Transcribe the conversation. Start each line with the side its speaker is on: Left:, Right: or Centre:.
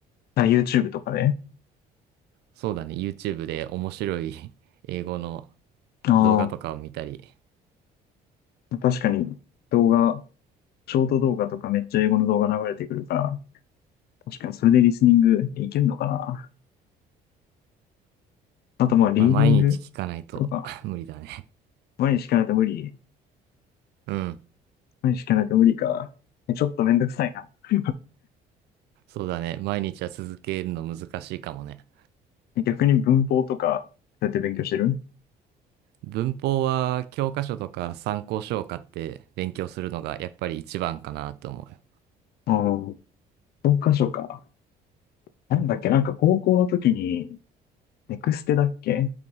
Left: あ、YouTube とかで
Right: そうだね、YouTube で面白い <laughs> 英語の
Left: あ
Right: 動画とかを見たり。
Left: あ、確かに動画、ショート動画とかめっちゃ英語の動画流れてくるから、確かにそれでリスニングいけるのかな。あとまあ、リーディング
Right: まあ毎日聞かないと
Left: とか、
Right: <laughs> 無理だね。
Left: 毎日しかないと無理。
Right: うん。
Left: 毎日しかないと無理か。えちょっとめんどくさいな。<laughs>
Right: そうだね、毎日は続けるの難しいかもね。
Left: 逆に文法とか、どうやって勉強してる
Right: 文法は教科書とか参考書を買って勉強するのがやっぱり一番かなと思うよ。
Left: ああー、教科書か。なんだっけ、なんか高校の時に、ネクステだっけっ